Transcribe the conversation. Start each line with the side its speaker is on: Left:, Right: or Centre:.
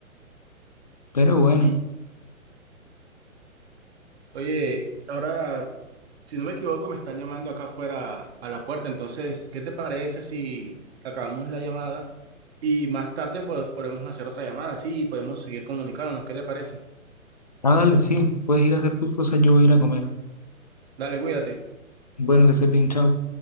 Left: Pero bueno,
Right: ¿Y Oye, ahora, si no me equivoco, me están llamando acá afuera a la puerta. Entonces, ¿qué te parece si acabamos la llamada y más tarde pues, podemos hacer otra llamada? Sí, podemos seguir comunicándonos. ¿Qué te parece?
Left: ah, dale, sí, puedes ir a hacer tus cosas, yo voy a ir a comer.
Right: Dale, cuídate.
Left: Bueno, que estés bien, chao.